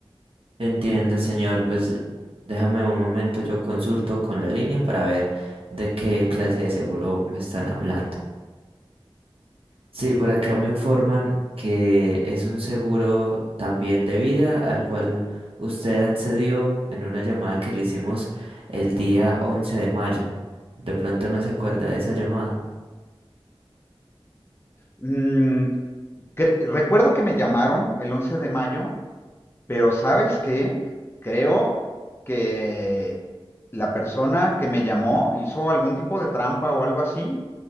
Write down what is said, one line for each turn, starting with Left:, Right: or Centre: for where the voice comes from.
Right: Entiende, señor. Pues déjame un momento, yo consulto con la línea para ver de qué clase de seguro me están hablando. Sí, por acá me informan que es un seguro también de vida al cual usted accedió en una llamada que le hicimos el día 11 de mayo. De pronto no se acuerda de esa llamada.
Left: Mm, cre- recuerdo que me llamaron el 11 de mayo, pero ¿sabes qué? Creo que la persona que me llamó hizo algún tipo de trampa o algo así,